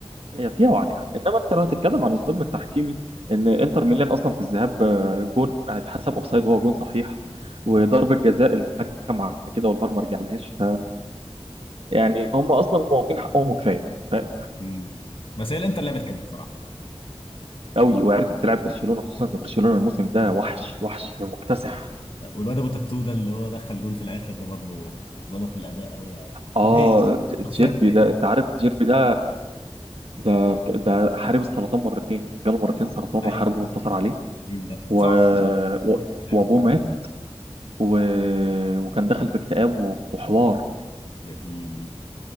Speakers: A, on the right (about 60°); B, on the left (about 55°).
A: هي فيها وعليها انما انت لو هتتكلم عن الظلم التحكيمي ان انتر ميلان اصلا في الذهاب آه، جون هيتحسب اوفسايد وهو جون صحيح وضربة جزاء الحكم عملها كده والفار ما رجعلهاش فيعني هم اصلا واخدين حقهم كفايه فاهم
B: مم. بس هي الانتر لعبت حلو بصراحه
A: قوي وعرفت تلعب برشلونه خصوصا ان برشلونه الموسم ده وحش وحش مكتسح
B: طيب، والواد ابو تاتو ده اللي هو دخل جون في الاخر ده برضه ظبط الاداء قوي يعني
A: اه
B: فدائي
A: ت- تشيربي
B: شخصيه فدائيه
A: ده انت عارف تشيربي ده ده ده حارب السرطان مرتين جاله مرتين سرطان
B: ايوه
A: وحاربه وانتصر عليه
B: كريل ده
A: و...
B: سمع
A: و...
B: اللعب
A: وابوه مات و... وكان دخل في اكتئاب و... وحوار
B: يا ديني